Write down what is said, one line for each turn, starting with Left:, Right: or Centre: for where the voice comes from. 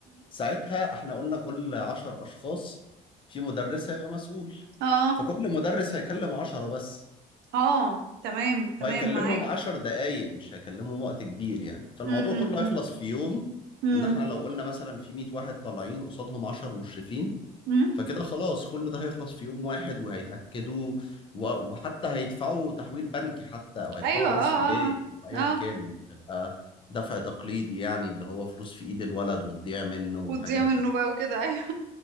Left: ساعتها احنا قلنا كل عشر اشخاص في مدرس هيبقى مسؤول
Right: اه
Left: فكل مدرس هيكلم عشرة بس
Right: اه تمام تمام
Left: وهيكلمهم
Right: معاك
Left: عشر دقايق مش هيكلمهم وقت كبير يعني فالموضوع
Right: امم
Left: كله هيخلص في يوم
Right: امم
Left: ان احنا لو قلنا مثلا في 100 واحد طالعين قصادهم 10 مشرفين
Right: امم
Left: فكده خلاص كل ده هيخلص في يوم واحد وهيتأكدوا و- وحتى هيدفعوا تحويل بنكي حتى او هيدفعوا
Right: ايوه اه
Left: انستا باي
Right: اه
Left: او ايا
Right: اه آه.
Left: كان مش هيبقى دفع تقليدي يعني اللي هو فلوس في ايد الولد وتضيع منه والحاجات
Right: وتضيع منه
Left: دي
Right: بقى وكده ايوه